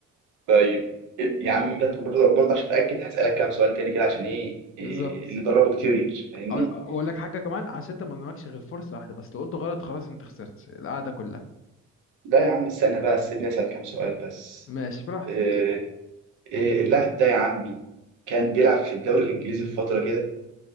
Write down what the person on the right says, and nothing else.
طيب يا عم ده برضه برضه عشان اتاكد هسالك كام سؤال تاني كده عشان ايه إيه
اللي دربه كتير فاهمني
لا يا عم استنى بقى سيبني اسال كام سؤال بس
إيه إيه اللاعب ده يا عمي كان بيلعب في الدوري الانجليزي في فتره كده